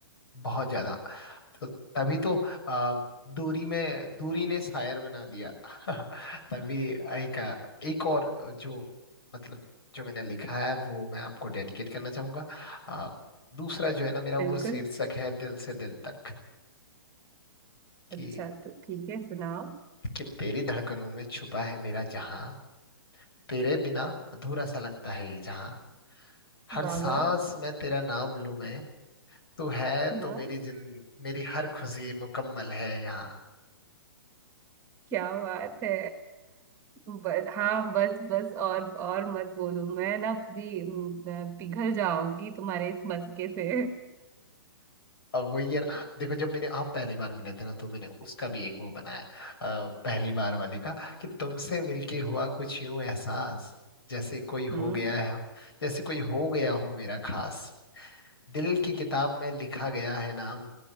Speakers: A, on the left (about 70°); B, on the right (about 20°).
A: बहुत ज्यादा तो तभी तो अ, दूरी में दूरी ने शायर बना दिया <laughs> तभी एक अ, एक और जो मतलब जो मैंने लिखा है वो मैं आपको डेडिकेट करना चाहूंगा अ, दूसरा जो है ना मेरा वो
B: बिल्कुल
A: शीर्षक है दिल से दिल तक कि
B: अच्छा तो ठीक है सुनाओ
A: कि तेरी धड़कनों में छुपा है मेरा जहां तेरे बिना अधूरा सा लगता है ये जहां हर
B: बाबा
A: सांस में तेरा नाम लूं मैं तू है तो
B: हाँ
A: मेरी जिन मेरी हर खुशी मुकम्मल है यहाँ
B: क्या बात है बस हाँ बस बस और और मत बोलो मैं ना पूरी उम, पिघल जाऊंगी तुम्हारे इस मस्के से
A: अब वही है ना देखो जब मैंने हम पहली बार मिले थे ना तो मैंने उसका भी एक वो बनाया अ, पहली बार वाली का कि तुमसे मिलके हुआ कुछ यूं एहसास जैसे कोई
B: हम्म
A: हो गया है जैसे कोई हो गया हो मेरा खास दिल की किताब में लिखा गया है नाम